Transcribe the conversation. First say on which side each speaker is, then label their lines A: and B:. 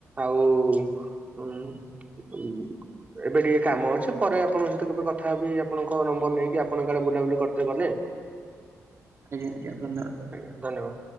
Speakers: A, on the right (about 25°); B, on the right (about 45°).
A: ଆଉ ଉଁ ଏବେ ଟିକେ କାମ ଅଛି ପରେ ଆପଣଙ୍କ ସହିତ କେବେ କଥା ହବି ଆପଣଙ୍କ ନମ୍ବର ନେଇକି ଆପଣଙ୍କ ଆଡ଼େ ବୁଲାବୁଲି କରିତେ ଗଲେ।
B: ଆଜ୍ଞା ଆଜ୍ଞା ଧନ୍ୟବାଦ।
A: ଆଜ୍ଞା ଧନ୍ୟବାଦ।